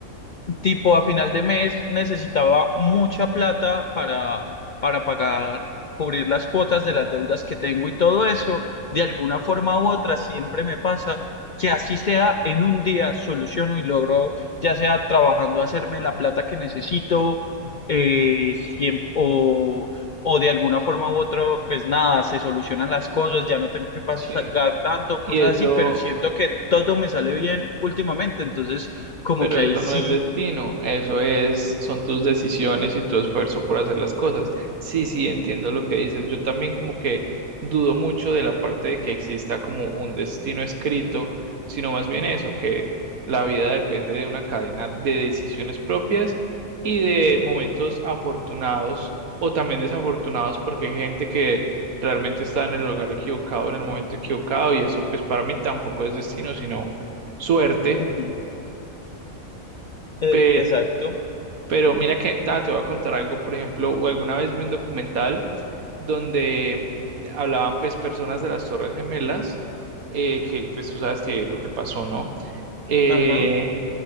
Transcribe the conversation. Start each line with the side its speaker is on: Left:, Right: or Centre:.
Left: tipo a final de mes necesitaba mucha plata para, para pagar, cubrir las cuotas de las deudas que tengo y todo eso, de alguna forma u otra siempre me pasa que así sea en un día soluciono y logro, ya sea trabajando, hacerme la plata que necesito, eh, siem- o, o de alguna forma u otra, pues nada, se solucionan las cosas, ya no tengo que pagar
Right: Sí,
Left: tanto, cosas
Right: y eso.
Left: así, pero siento que todo me sale bien últimamente, entonces como
Right: Pero
Left: que ahí
Right: eso
Left: sí
Right: no es destino, eso es, son tus decisiones y tu esfuerzo por hacer las cosas. Sí, sí, entiendo lo que dices. Yo también como que dudo mucho de la parte de que exista como un destino escrito, sino más bien eso, que la vida depende de una cadena de decisiones propias y de momentos afortunados o también desafortunados, porque hay gente que realmente está en el lugar equivocado, en el momento equivocado, y eso pues para mí tampoco es destino, sino suerte.
Left: Ujú, eh,
Right: pe-
Left: exacto.
Right: pero mira que, ah, te voy a contar algo, por ejemplo, o alguna vez vi un documental donde hablaban pues personas de las Torres Gemelas, eh, que pues tú sabes que lo que pasó, ¿no? Eh,
Left: Ajá,